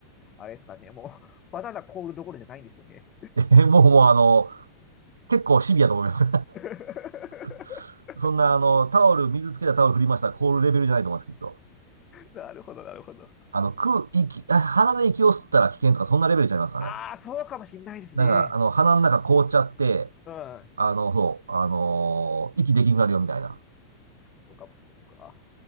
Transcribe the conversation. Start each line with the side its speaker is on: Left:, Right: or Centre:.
Left: あれですかね、もう、バナナ凍るどころじゃないんですよね。
Right: <laughs> え、もうもうあの、結構シビアと思います。
Left: <laughs>
Right: <laughs> そんなあの、タオル、水つけたタオル振りましたら凍るレベルじゃないと思います、きっと。
Left: なるほど、なるほど。
Right: あの、空、息、あ鼻で息を吸ったら危険とか、そんなレベルちゃいますかね。
Left: ああ、そうかもしんないですね。
Right: なんか、あの、鼻の中凍っちゃって、
Left: うん、うん、
Right: あの、そう、あのー息できなくなるよみたいな。
Left: そうかもしれない。か。